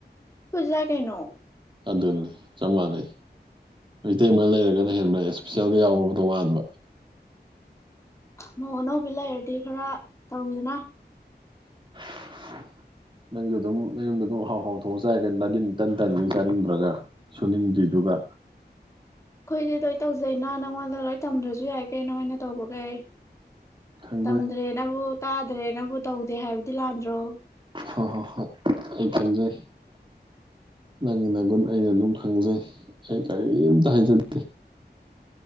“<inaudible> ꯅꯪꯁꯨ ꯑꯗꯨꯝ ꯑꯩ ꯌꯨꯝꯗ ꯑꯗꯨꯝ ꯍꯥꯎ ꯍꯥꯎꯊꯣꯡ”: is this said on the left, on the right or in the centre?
Right